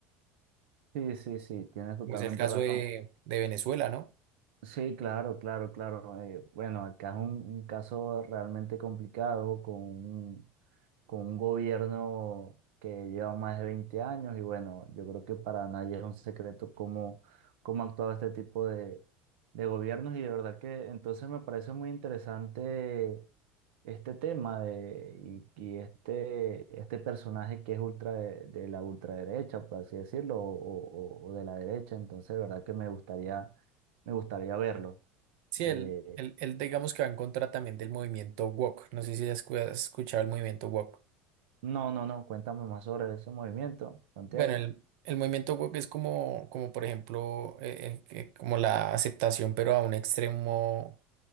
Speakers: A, on the right (about 80°); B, on the right (about 60°).
A: Sí, sí, sí, tienes totalmente
B: Pues el Bueno, caso
A: razón.
B: de, de Venezuela, ¿no?
A: Sí, claro, claro, claro. eh, bueno, acá es un, un caso realmente complicado con, con un gobierno que lleva más de 20 años y bueno, yo creo que para nadie es un secreto cómo, cómo ha actuado este tipo de, de gobiernos y de verdad que entonces me parece muy interesante este tema de, y, y este, este personaje que es ultra de, de la ultraderecha, por así decirlo, o, o- o de la derecha, entonces de verdad que me gustaría, me gustaría verlo.
B: Sí,
A: Eh,
B: él, él, él, digamos que va en contra también del movimiento woke. No sé si has escu- has escuchado el movimiento woke.
A: no, no, no, cuéntame más sobre ese movimiento, Santiago.
B: Bueno, el, el movimiento woke es como, como por ejemplo, eh, eh, que- como la aceptación, pero a un extremo